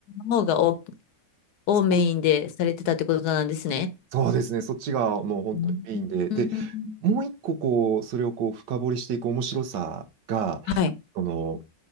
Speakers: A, on the left; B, on the right.
A: 方がお、をメインでされてたってことなんですね。
B: そうそうですね。そっちがもう本当にメインで。
A: うんうんうん
B: で、もう一個こう、それをこう深掘りしていく面白さが、
A: はい。
B: その、